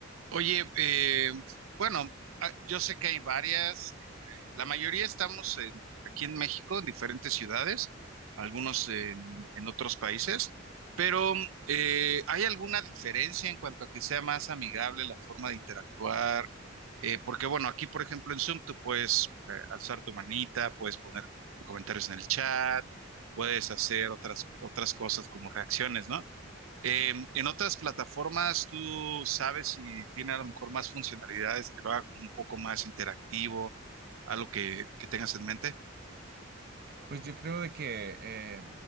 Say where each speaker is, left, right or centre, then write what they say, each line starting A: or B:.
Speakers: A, on the right; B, on the right.
A: Oye, eh, bueno, ah, yo sé que hay varias, eh, la mayoría estamos en- aquí en México, en diferentes ciudades, algunos en, en otros países, pero mm, eh, ¿hay alguna diferencia en cuanto a que sea más amigable la forma de interactuar? Eh, porque bueno, aquí por ejemplo en Zoom tú puedes eh, alzar tu manita, puedes poner comentarios en el chat, puedes hacer otras, otras cosas como reacciones, ¿no? Eh, en otras plataformas, tú sabes si tiene a lo mejor más funcionalidades que lo haga como un poco más interactivo, algo que, que tengas en mente.
B: Pues yo creo de que eh,